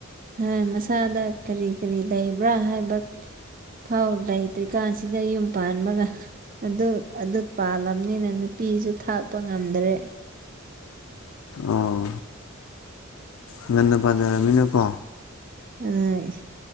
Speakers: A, on the right (about 40°); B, on the left (about 75°).
A: ꯍꯣꯏ ꯃꯁꯥꯗ ꯀꯔꯤ ꯀꯔꯤ ꯂꯩꯕ꯭ꯔꯥ ꯍꯥꯏꯕ ꯐꯥꯎ ꯂꯩꯇ꯭ꯔꯤꯀꯥꯟꯁꯤꯗ ꯌꯨꯝ ꯄꯥꯟꯕꯒ ꯑꯗꯨ ꯑꯗꯨ ꯄꯥꯜꯂꯝꯅꯤꯅ ꯅꯨꯄꯤꯁꯨ ꯊꯥꯛꯄ ꯉꯝꯗꯔꯦ
B: ꯑꯣ ꯉꯟꯅ ꯄꯟꯖꯜꯂꯝꯅꯤꯅ ꯀꯣ
A: ꯑꯗꯨꯅꯦ